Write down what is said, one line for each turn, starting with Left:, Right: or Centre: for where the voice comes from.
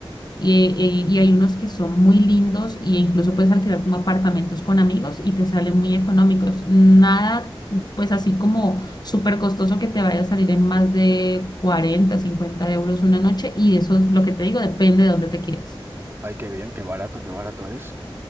Left: y, eh, y hay unos que son muy lindos e incluso puedes alquilar como apartamentos con amigos y te salen muy económicos. Nada, pues así como súper costoso que te vaya a salir en más de 40, 50 euros una noche y eso es lo que te digo, depende de dónde te quedes.
Right: Ay, qué bien, qué barato, qué barato es.